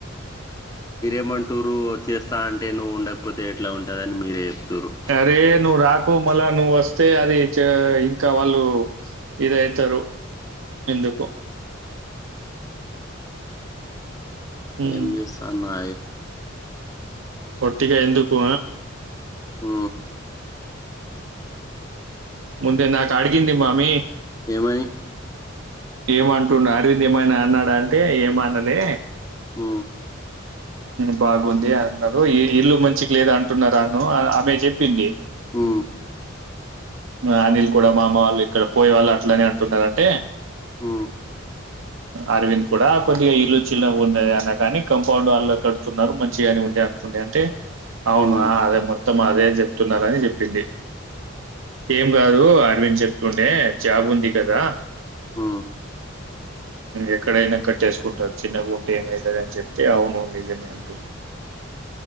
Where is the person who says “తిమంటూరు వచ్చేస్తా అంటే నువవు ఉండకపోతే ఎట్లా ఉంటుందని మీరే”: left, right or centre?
Left